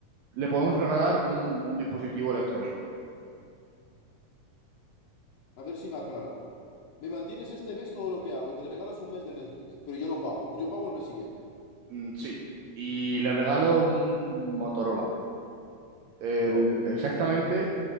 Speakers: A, on the right (about 75°); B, on the left (about 65°).
A: le podemos regalar un, un dispositivo electrónico.
B: A ver si me ha aclarado. Me mantienes este mes todo lo que hago y me regalas un mes de Netflix, pero yo no pago, yo pago el mes siguiente.
A: Mm, sí. Y le regalo un Motorola. El,
B: Pero,
A: exactamente